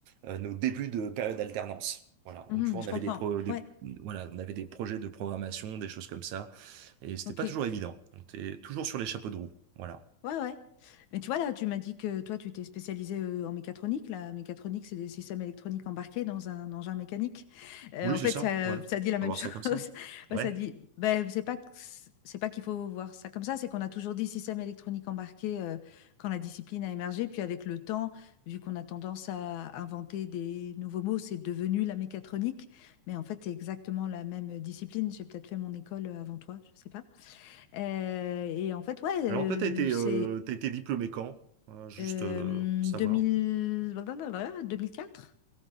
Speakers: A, on the right; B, on the left.
A: euh, nos débuts de période d'alternance. Voilà,
B: Mhm,
A: donc tu vois, on
B: je
A: avait
B: comprends.
A: des, pro des-
B: Ouais.
A: voilà, on avait des projets de programmation, des choses comme ça, et c'était
B: OK.
A: pas toujours évident. On était toujours sur les chapeaux de roue. Voilà.
B: Ouais, ouais. Mais tu vois, là, tu m'as dit que toi, tu t'es spécialisé euh, en mécatronique. La mécatronique, c'est des systèmes électroniques embarqués dans un engin mécanique. Euh,
A: Oui,
B: en fait,
A: c'est ça,
B: ça,
A: ouais. On
B: ça dit la même
A: va voir
B: <laughs> chose.
A: ça comme ça.
B: Ouais,
A: Ouais.
B: ça dit, ben, c'est pas, que c- c'est pas qu'il faut voir ça comme ça, c'est qu'on a toujours dit système électronique embarqué euh, quand la discipline a émergé. Puis avec le temps, vu qu'on a tendance à inventer des nouveaux mots, c'est devenu la mécatronique. Mais en fait, c'est exactement la même discipline. J'ai peut-être fait mon école avant toi, je sais pas. Euh, et en fait, ouais, euh,
A: Alors toi, t'as été,
B: c'est
A: euh, t'as été diplômé quand? Euh, juste
B: euh,
A: euh, pour savoir.
B: 2000... blablabla, 2004?